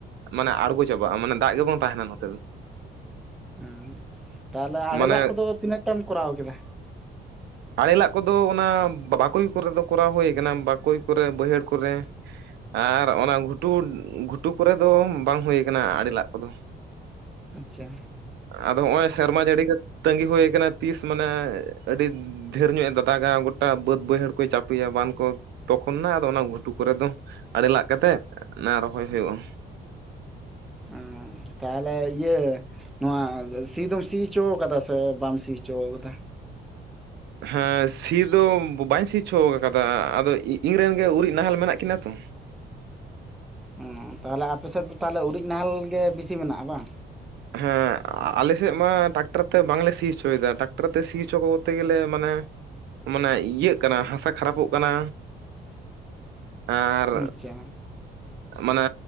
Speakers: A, on the right; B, in the centre.
A: ᱢᱟᱱᱮ ᱟᱬᱜᱚ ᱪᱟᱵᱟᱜ-ᱟ ᱢᱟᱱᱮ ᱫᱟᱜ ᱜᱮ ᱵᱟᱝ ᱛᱟᱦᱮᱱᱟ ᱱᱚᱛᱮ ᱫᱚ᱾
B: ᱦᱚᱸᱢ ᱛᱟᱦᱚᱞᱮ ᱟᱲᱮ
A: ᱢᱟᱱᱮ
B: ᱞᱟᱜ ᱠᱚᱫᱚ ᱛᱤᱱᱟᱹᱜ ᱴᱟᱢ ᱠᱚᱨᱟᱣ ᱠᱮᱫᱟ?
A: ᱟᱲᱮᱞᱟᱜ ᱠᱚᱫᱚ ᱚᱱᱟ ᱵᱟᱠᱚᱭ ᱠᱚᱨᱮ ᱫᱚ ᱠᱚᱨᱟᱣ ᱦᱩᱭ ᱠᱟᱱᱟ ᱵᱟᱠᱚᱭ ᱠᱚᱨᱮ ᱵᱟᱹᱭᱦᱟᱹᱲ ᱠᱚᱨᱮ, ᱟᱨ ᱚᱱᱟ ᱜᱷᱩᱴᱩ ᱜᱷᱩᱴᱩ ᱠᱚᱨᱮ ᱫᱚ ᱵᱟᱝ ᱦᱩᱭ ᱠᱟᱱᱟ ᱟᱹᱲᱮ ᱞᱟᱜ ᱠᱚᱫᱚ᱾
B: ᱟᱪᱪᱷᱟ
A: ᱟᱫᱚ ᱦᱚᱸᱜ-ᱚᱭ ᱥᱮᱨᱢᱟ ᱡᱟᱹᱲᱤ ᱠᱚ ᱛᱟᱹᱜᱤ ᱦᱩᱭ ᱠᱟᱱᱟ ᱛᱤᱥ ᱢᱟᱱᱮ ᱟᱹᱰᱤ ᱫᱷᱮᱨ ᱧᱚᱜ ᱮ ᱫᱟᱜᱽᱟ ᱜᱚᱴᱟ ᱵᱟᱹᱫᱽ ᱵᱟᱹᱭᱦᱟᱹᱲ ᱠᱚᱭ ᱪᱟᱯᱮᱭᱟ ᱵᱟᱱ ᱠᱚ ᱛᱚᱠᱷᱚᱱᱱᱟ ᱟᱫᱚ ᱚᱱᱟ ᱜᱷᱩᱴᱩ ᱠᱚᱨᱮ ᱫᱚ ᱟᱲᱮ ᱞᱟᱜ ᱠᱟᱛᱮᱜ ᱚᱱᱟ ᱨᱚᱦᱚᱭ ᱦᱩᱭᱩᱜ-ᱟ᱾
B: ᱩᱸᱢ ᱛᱟᱦᱚᱞᱮ ᱤᱭᱟᱹ ᱱᱚᱣᱟ ᱥᱤ ᱫᱚᱢ ᱥᱤ ᱦᱚᱪᱚᱣ ᱠᱟᱫᱟ ᱥᱮ ᱵᱟᱢ ᱥᱤ ᱦᱚᱪᱚᱣ ᱠᱟᱫᱟ?
A: ᱦᱮᱸ ᱥᱤ ᱫᱚ ᱵᱟᱹᱧ ᱥᱤ ᱦᱚᱪᱚ ᱠᱟᱫᱟ ᱟᱫᱚ ᱤᱧᱨᱮ ᱨᱮᱱ ᱜᱮ ᱩᱨᱤᱡ ᱱᱟᱦᱮᱞ ᱢᱮᱱᱟᱜ ᱠᱤᱱᱟ ᱛᱚ᱾
B: ᱚᱢ ᱛᱟᱦᱞᱮ ᱟᱯᱮ ᱥᱮᱫ ᱫᱚ ᱛᱟᱦᱞᱮ ᱩᱨᱤᱡ ᱱᱟᱦᱮᱞ ᱜᱮ ᱵᱤᱥᱤ ᱢᱮᱱᱟᱜ-ᱟ ᱵᱟᱝ?
A: ᱦᱮᱸ ᱟᱞᱮ ᱥᱮᱫ ᱢᱟ ᱴᱟᱠᱴᱟᱨ ᱛᱮ ᱵᱟᱝᱞᱮ ᱥᱤ ᱦᱚᱪᱚᱭ ᱫᱟ ᱴᱟᱠᱴᱟᱨ ᱛᱮ ᱥᱤ ᱚᱪᱚ ᱠᱚᱨᱛᱮ ᱜᱮᱞᱮ ᱢᱟᱱᱮ ᱢᱟᱱᱮ ᱤᱭᱟᱹᱜ ᱠᱟᱱᱟ ᱦᱟᱥᱟ ᱠᱷᱟᱨᱟᱯᱚᱜ ᱠᱟᱱᱟ ᱟᱨ
B: ᱟᱪᱪᱷᱟ
A: ᱢᱟᱱᱮ